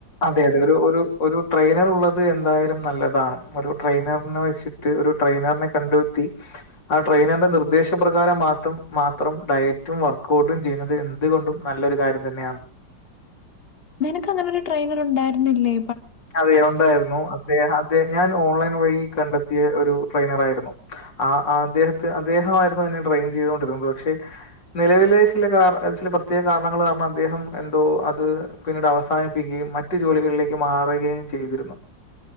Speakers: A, on the left; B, on the left.
A: അതെ യതെ ഒരു ഒരു ഒരു ട്രെയിനർ ഉള്ളത് എന്തായാലും നല്ലതാണ് ഒരു ട്രെയിനറിനെ വെച്ചിട്ട് ഒരു ട്രെയിനറിനെ കണ്ടുത്തി ആ ട്രെയിനറിന്റെ നിർദ്ദേശപ്രകാരം മാത്രം മാത്രം ഡയറ്റും വർക്കൗട്ടും ചെയ്യുന്നത് എന്തുകൊണ്ടും നല്ലൊരു കാര്യം തന്നെയാണ്
B: നിനക്ക് അങ്ങനൊരു ട്രെനർണ്ടരുന്നില്ലേ
A: അതെ ഉണ്ടായിരുന്നു അദേഹ അദേ ഞാൻ ഓൺലൈൻ വഴി കണ്ടെത്തിയ ഒരു ട്രെയിനർ ആയിരുന്നു അ അദ്ദേഹത്തെ അദേഹായിരുന്നു എന്നെ ട്രെയിൻ ചെയ്തൊണ്ടിരുന്നത് പക്ഷെ നിലവിലെ ചില കാര ചില പ്രത്യേക കാരണങ്ങൾ കാരണം അദ്ദേഹം എന്തോ അത് പിന്നീട് അവസാനിപ്പിക്കുകയും മറ്റു ജോലികളിലേക്ക് മാറി യും ചെയ്തിരുന്നു